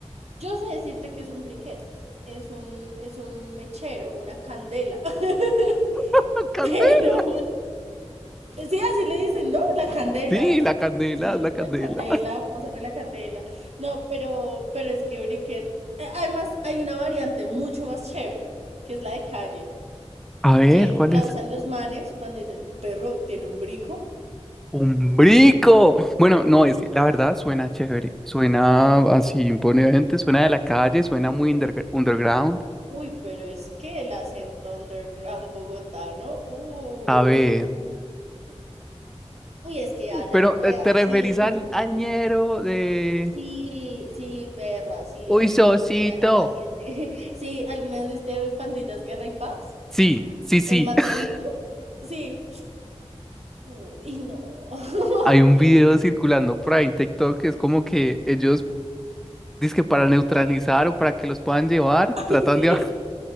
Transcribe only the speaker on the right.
yo sé decirte que es un briquet, es un, es un mechero, una candela, <laughs>
pero, sí, así le dicen, ¿no? La candela,
sí,
la candela, pásame la candela. No, pero, pero es que briquet, eh, además hay una variante mucho más chévere, que es la de calle,
que
la
usan los manes cuando dicen, perro, tiene un brico.
Uy, pero es que el acento underground bogotano, uy.
Uy, es que hablan
re
así.
Sí, sí, perro, así,
así.
ellos que hablan así. re- <laughs> Sí, ¿alguna vez viste Pandillas Guerra y Paz?
¿El Mateito?
Sí. Uy, no. <laughs>
Ay,
sí,